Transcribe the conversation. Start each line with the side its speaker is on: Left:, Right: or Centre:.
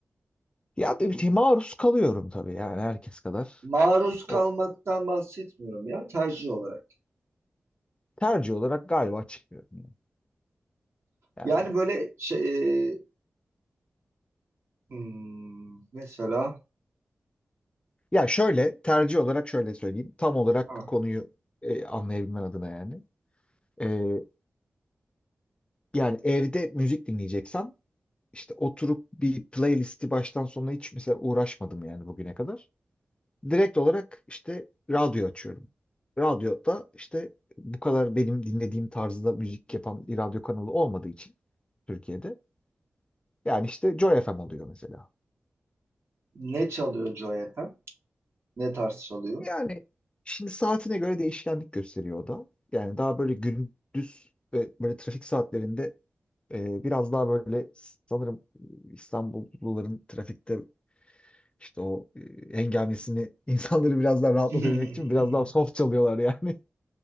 Left: Ya tabii ki maruz kalıyorum tabii yani herkes kadar.
Right: maruz kalmaktan
Left: O
Right: bahsetmiyorum ya tercih olarak.
Left: tercih olarak galiba çıkmıyorum yani. Yani
Right: Yani böyle şey e, hmm, mesela
Left: ya şöyle tercih olarak şöyle söyleyeyim. Tam olarak
Right: ha,
Left: konuyu e, anlayabilmen adına yani. Ee, yani evde müzik dinleyeceksem İşte oturup bir playlisti baştan sona hiç mesela uğraşmadım yani bugüne kadar. Direkt olarak işte radyo açıyorum. Radyoda işte bu kadar benim dinlediğim tarzda müzik yapan bir radyo kanalı olmadığı için Türkiye'de. Yani işte Joy FM oluyor mesela.
Right: ne çalıyor Joy FM? Ne tarz çalıyor?
Left: Yani şimdi saatine göre değişkenlik gösteriyor o da. Yani daha böyle gündüz ve böyle trafik saatlerinde e, biraz daha böyle sanırım İstanbulluların trafikte İşte o e, hengamesini <laughs> insanları biraz daha rahatlatabilmek
Right: <laughs>
Left: için biraz daha soft çalıyorlar yani. <laughs>